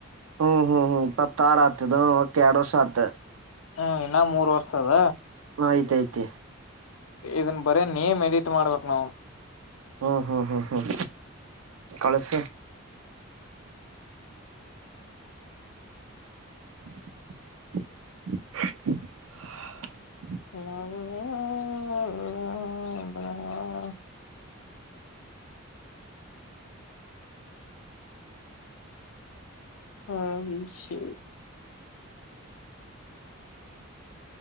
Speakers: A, on the right; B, on the left.
A: ಹ್ಮ್ ಹ್ಮ್ ಹ್ಮ್ ಪತ್ತ ಆಾರ ಆತದು ಒಕೆ ಎರಡು ವರ್ಷ ಆತ್ತ
B: ಹ್ಮ್ ಇನ್ನ ಮೂರ್ ವರ್ಷ ಅದ
A: ಆಯ್ತಾಯ್ತೆ
B: ಇದನ್ ಬರೇ ನೇಮ್ ಎಡಿಟ್ ಮಾಡ್ಬೇಕ್ ನಾವು
A: ಹ್ಮ್ ಹ್ಮ್ ಹ್ಮ್ ಹ್ಮ್ ಕಳಸ ಹ
B: ಲಾ ಲ ಲ ಲ ಲಾ ಹಾ ವಿಸೆಕ್